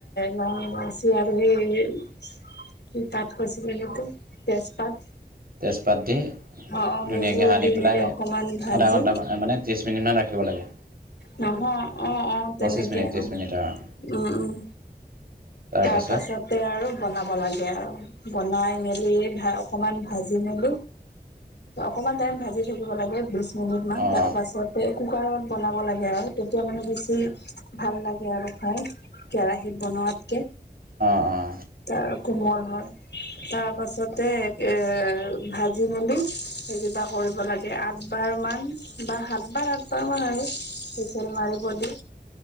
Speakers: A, on the left (about 80°); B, on the right (about 60°).
A: লং ইলাইচি আৰু সেই কি তাত কছ জ তেজ পাত
B: তেজপাত দি
A: অ অ সেইবোৰ
B: ধুনীয়াকৈ সানি
A: দি
B: পেলাই
A: মেলি অকমান ভাজি
B: আধা ঘণ্টান মানে ত্ৰিশ মিনিট মান ৰাখিব লাগে।
A: নহয় অ-অ
B: পঁচিছ
A: তেনেকে
B: মিনিট ত্ৰিছ
A: অ'
B: মিনিট অঁ
A: উম-উম,
B: তাৰপাছত
A: তাৰ পাছতে আৰু বনাব লাগে আৰু। বনাই মেলি ভা অকমান ভাজি মেলি, অকমান টাইম ভাজি থাকিব লাগে বেছি। বহুতমান
B: অঁ
A: তাৰপাছতে কুকাৰত বনাব লাগে হয়। তেতিয়া মানে বেছি ভাল লাগে আৰু খাই কেৰাহিত বনোৱাতকে।
B: অ-অ
A: তাৰ কোমল হয়। তাৰ পাছতে এ ভাজি মেলি সেই কিবা কৰিব লাগে আধ বাৰ মান বা সাত বাৰ আাত বাৰ মান আৰু হুইচেল মাৰিব দি